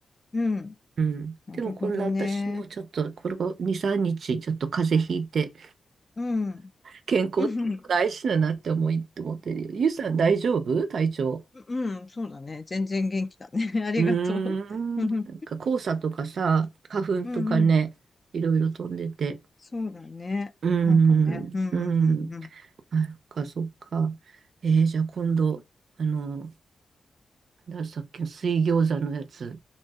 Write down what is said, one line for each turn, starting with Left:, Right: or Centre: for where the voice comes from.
Left: うん。
Right: うん。
Left: なるほどね。
Right: でもこんな私もちょっと、これが2、3日ちょっと風邪ひいて、
Left: うん。
Right: 健康大事だなって思い、
Left: うん、
Right: 思ってるよ。ゆうさん大丈夫体調。
Left: うん、うん、そうだね。全然元気だね。<laughs> ありがとう。
Right: うーん。
Left: うん、うん、
Right: なんか黄砂とかさ、花粉とかね、
Left: うん、
Right: いろいろ飛んでて。
Left: そうだね。
Right: うーん。
Left: なんかね。うん、うん、
Right: うん。
Left: うん、うん。
Right: あ、そっか、そっか。えーじゃあ今度、あの、なんださっきの水餃子のやつ、